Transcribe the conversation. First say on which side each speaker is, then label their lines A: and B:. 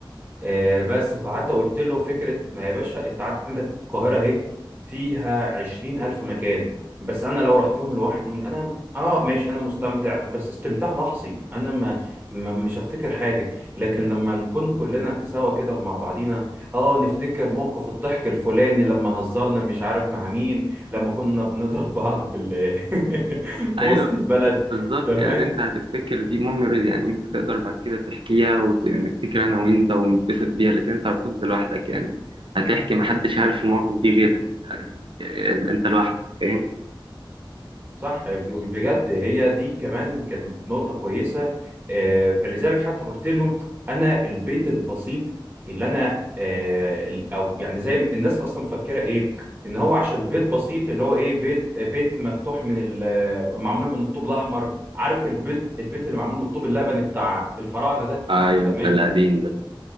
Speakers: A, on the right; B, on the right.
A: آه، بس فحتى قلت له فكرة ما يا باشا انت عندك القاهرة اهي فيها عشرين ألف مكان بس أنا لو رحتهم لوحدي أنا آه ماشي أنا مستمتع بس استمتاع لحظي أنا ما ما- مش هفتكر حاجة لكن لما نكون كلنا سوا كده ومع بعضينا آه نفتكر موقف الضحك الفلاني لما هزرنا مش عارف مع مين لما كنا بنضرب بعض في ال <laughs> في
B: ايوه
A: وسط البلد
B: بالظبط
A: تمام
B: يعني انت هتفتكر دي ميموريز يعني انت تقدر بعد كده تحكيها ونفتكر انا وانت ونتبسط بيها لكن انت لو كنت لوحدك يعني هتحكي محدش عارف المواقف دي غيرك إيه، انت لوحدك فاهم
A: صح ب- بجد هي دي كمان كانت نقطة كويسة آه، فلذلك حتى قلت له أنا البيت البسيط اللي أنا آه، ال- أو يعني زي ما الناس أصلا مفكرة إيه إن هو عشان بيت بسيط اللي هو إيه بيت بيت مفتوح من ال- معمول من الطوب الأحمر عارف البيت البيت اللي معمول من الطوب اللبني بتاع الفراعنة ده
B: ايوه
A: تمام
B: ده القديم ده